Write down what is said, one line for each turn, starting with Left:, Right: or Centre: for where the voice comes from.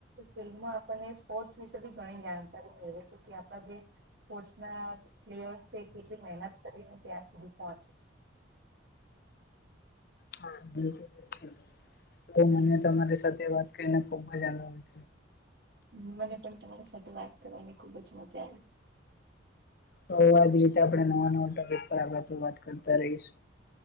Right: ફિલ્મમાં આપણને સ્પોર્ટ્સ વિશે બી ઘણી જાણકારી મળ છે કે આપ જે સ્પોર્ટ ના પ્લેયર્સ કેટલી મહેનત કરીને ત્યાં સુધી પહોંચે છે.
Left: હા બિલકુલ તો મને તમારી સાથે વાત કરીને ખુબ જ આનંદ
Right: હ મને પણ તમારી સાથે વાત કરવાની ખુબ જ મજા આવી.
Left: તો આજ રીતે આપણે નવા નવા ટોપિક પર આગળ વાત કરતા રહીશ.